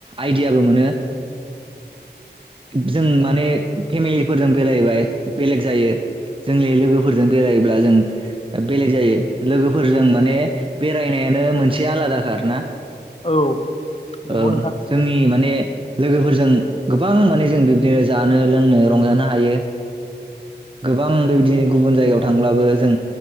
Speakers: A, on the right; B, on the left.
A: आइडियाबो मोनो। जों माने फेमिलि फोरजों बेरायबाय बेलेग जायो जोंनि लोगोफोरजों बेरायोब्ला जों बेलेग जायो लोगोफोरजों माने बेरायनायानो मोनसे आलाद खा आरो ना।
B: औ नंगौ
A: ओं
B: नोंथां
A: जोंनि माने लोगोफोरजों गोब बां माने जों बिबदिनो जानो लोंनो रंजानो हायो। गोबां बेबायदि गुबुन जायगायाव थांब्लाबो जों